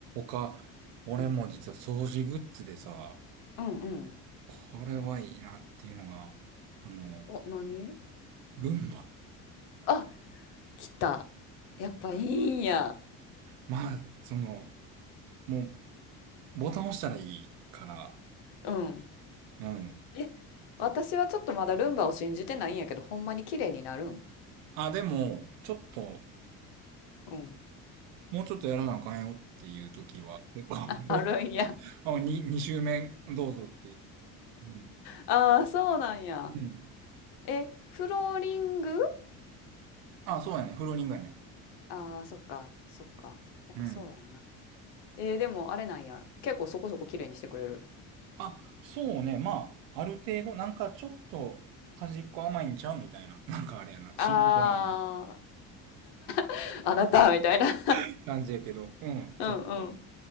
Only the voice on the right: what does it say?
他、俺も実は掃除グッズでさ、
これはいいなっていうのが、あの、
ルンバ。
まあ、その、もう、ボタン押したらいいから、
うん。
あ、でも、ちょっと、
もうちょっとやらなあかんよっていう時は、結構ある。
<laughs> あ、に、2周目、どうぞっていう。うん。
うん。
あ、そうやね。フローリングやね。
うん。
あ、そうね。まあ、ある程度、なんかちょっと、端っこ甘いんちゃうみたいな。なんかあれやな。新宿ぐらいの
<laughs> 感じやけど、うん。
ちょっと。